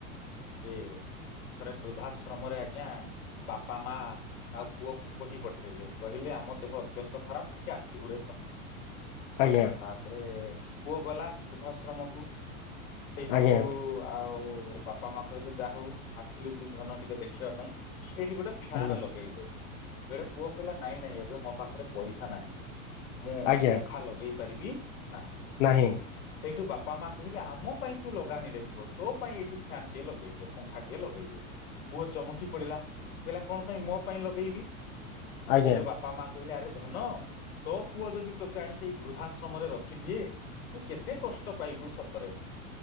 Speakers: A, on the left; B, on the left.
A: ଯେ ଥରେ ବୃଦ୍ଧାଶ୍ରମରେ ଆଜ୍ଞା। ବାପା ମା ଆଉ ପୁଅକୁ କହି ପଠେଇଲେ, କହିଲେ ଆମ ଦେହ ତ୍ୟନ୍ତ ଖରାପ, ଟିକେ ଆସିବୁରେ ଧନ୍ୟବାଦ।
B: ଆଜ୍ଞା।
A: ତାପରେ ପୁଅ ଗଲା ବୃଦ୍ଧାଶ୍ରମକୁ। ସେଇଠୁ
B: ଆଜ୍ଞା
A: ଆଉ ବାପା ମା କହିଲେ ଯାହା ହଉ। ଆସିଲୁ ତୁ ଧନ ଟିକେ ଦେଖିବା ପାଇଁ, ଏଇଠି ଗୋଟେ ଫ୍ୟାନ
B: ଆଜ୍ଞା
A: ଲଗେଇଦେ। ବେଳେ ପୁଅ କହିଲା ନାଇଁ ନାଇଁ ଏବେ ମୋ ପାଖରେ ପଇସା ନାହିଁ, ମୁଁ
B: ଆଜ୍ଞା
A: ପଙ୍ଖା ଲଗେଇ ପାରିବି ନାହିଁ।
B: ନାହିଁ।
A: ସେଇଠୁ ବାପା ମା କହିଲେ ଆମ ପାଇଁ ତୁ ଲଗାନିରେ ପୁଅ ତୋ ପାଇଁ ଏଇଠି ଫ୍ୟାନ୍ ଟିଏ ଲଗେଇଦେ। ପଙ୍ଖା ଟିଏ ଲଗେଇଦେ, ପୁଅ ଚମକି ପଡିଲା କହିଲା କଣ ପାଇଁ ମୋ ପାଇଁ ଲଗେଇବି?
B: ଆଜ୍ଞା
A: ସେଠୁ ବାପା ମା କହିଲେ ଆରେ ଧନ ତୋ ପୁଅ ଯଦି ତୋତେ ଆଣିକି ଏଇ ବୃଦ୍ଧାଶ୍ରମରେ ରଖିଦିଏ ତୁ କେତେ କଷ୍ଟ ପାଇବୁ ସତରେ,